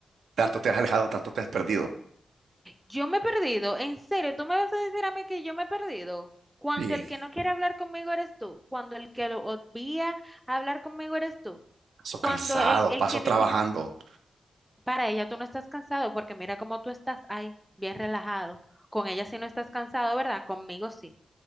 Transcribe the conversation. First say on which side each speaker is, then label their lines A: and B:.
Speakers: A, on the right; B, in the centre.
A: tanto te has alejado, tanto te has perdido.
B: Yo me he perdido, en serio, tú me vas a decir a mí que yo me he perdido. Cuando
A: Sí,
B: el que no quiere hablar conmigo eres tú, cuando el que lo obvia hablar conmigo eres tú,
A: paso
B: cuando
A: cansado,
B: el, el
A: paso
B: que
A: trabajando.
B: ni siquiera, para ella tú no estás cansado, porque mira cómo tú estás ahí, bien relajado. Con ella sí no estás cansado, ¿verdad? Conmigo sí.